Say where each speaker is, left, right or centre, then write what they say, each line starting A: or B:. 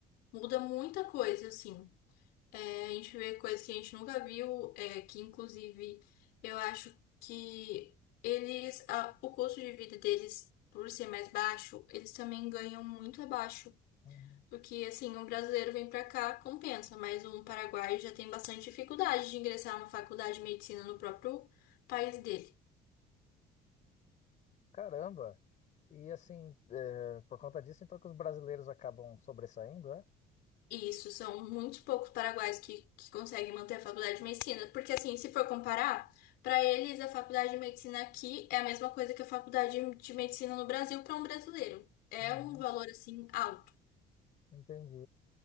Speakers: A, on the left; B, on the left.
A: muda muita coisa, assim. A gente vê coisas que a gente nunca viu, é, que inclusive eu acho que eles, a- o custo de vida deles, por ser mais baixo, eles também ganham muito abaixo.
B: Uhum.
A: Porque assim, um brasileiro vem pra cá, compensa, mas um paraguaio já tem bastante dificuldade de ingressar numa faculdade de medicina no próprio país dele.
B: Caramba! E assim, é, por conta disso, então que os brasileiros acabam sobressaindo, é?
A: Isso, são muito poucos paraguaios que, que conseguem manter a faculdade de medicina, porque assim, se for comparar, para eles a faculdade de medicina aqui é a mesma coisa que a faculdade de medicina no Brasil para um brasileiro. É
B: Uhum,
A: um valor assim alto.
B: entendi.